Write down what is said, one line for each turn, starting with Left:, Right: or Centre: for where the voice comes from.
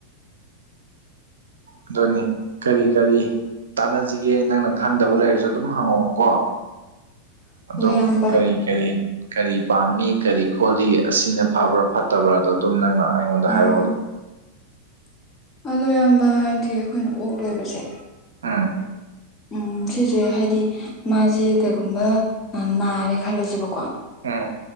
Right: ꯑꯗꯨꯅꯤ ꯀꯔꯤ ꯀꯔꯤ ꯇꯥꯅꯖꯤꯒꯦ ꯅꯪꯅ ꯈꯪꯗꯕ ꯂꯩꯔꯖꯨ ꯑꯗꯨꯝ ꯍꯪꯉꯛꯑꯣꯀꯣ
Left: <inaudible>
Right: ꯑꯗꯣ
Left: ꯏꯌꯥꯝꯕ
Right: ꯀꯔꯤ ꯀꯔꯤ ꯀꯔꯤ ꯄꯥꯝꯃꯤ ꯀꯔꯤ ꯈꯣꯠꯂꯤ ꯑꯁꯤꯅ ꯐꯕ꯭ꯔ ꯐꯠꯇꯕ꯭ꯔꯗꯣ ꯗꯨꯝ ꯅꯪꯅ ꯑꯩꯉꯣꯟꯗ
Left: ꯎꯝ
Right: ꯍꯥꯏꯔꯛꯑꯣ ꯑꯗꯨꯝ
Left: <inaudible> ꯑꯗꯣ ꯏꯌꯥꯝꯕ ꯍꯥꯏꯗꯤ ꯑꯈꯣꯏꯅ ꯑꯣꯛ ꯂꯣꯏꯕꯖꯦ
Right: ꯑꯥ
Left: ꯎꯝ ꯁꯤꯖꯦ ꯍꯥꯏꯗꯤ ꯃꯥꯖꯦ ꯀꯩꯒꯨꯝꯕ ꯅꯥꯔꯦ ꯈꯜꯂꯖꯦꯕꯀꯣ
Right: ꯑꯥ